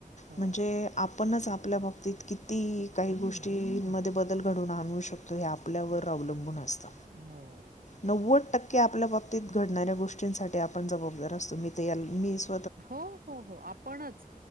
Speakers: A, on the right (about 75°); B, on the left (about 55°).
A: हो,
B: म्हणजे
A: हो,
B: आपणच आपल्या बाबतीत किती काही गोष्टींमध्ये बदल घडवून आणू शकतो. लयआपल्यावर अवलंबून असत.
A: हो.
B: नव्वद टक्के आपल्या बाबतीत घडणाऱ्या गोष्टींसाठी आपण जबाबदार असतो मी तयाल मीस
A: हो हो हो आपणच